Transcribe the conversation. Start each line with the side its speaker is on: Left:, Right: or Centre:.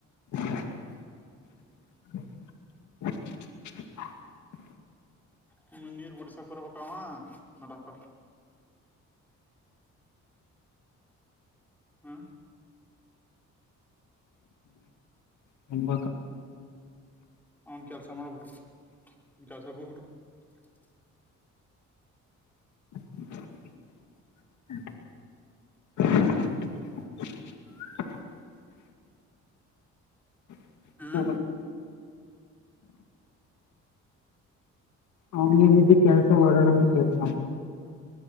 Left: <unintelligible>
Centre: ಹೂ ನೀರು ಬಿಡಸಕ್ ಬರ್ಬೇಕು ಅವ ನಾಡಪ್ಪ ಹ್ಮ
Left: ತುಂಬ
Centre: ಅವನ್ ಕೆಲ್ಸ ಮಾಡಬಿಟ್ಟು ಅವನ್ ಕೆಲಸಕ್ ಹೋಗ್ಬಿಟ್ಟು <unintelligible>
Left: <unintelligible> <unintelligible>
Centre: ಹ್ಮ್
Left: ಅವನಿದ್ದ ಕೆಲಸ ಓಡಾಡೋ ಕೆಲ್ಸ